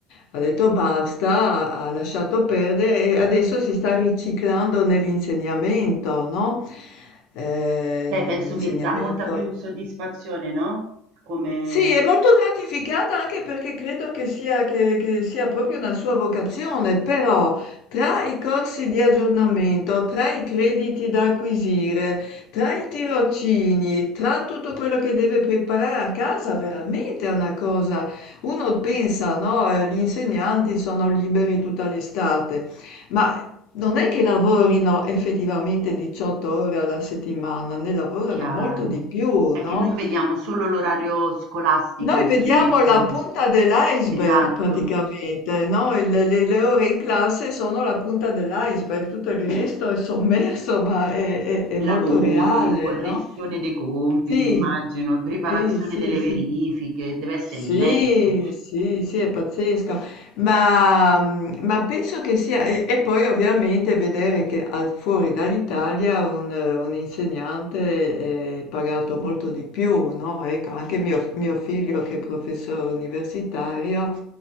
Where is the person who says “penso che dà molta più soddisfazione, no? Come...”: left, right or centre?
Right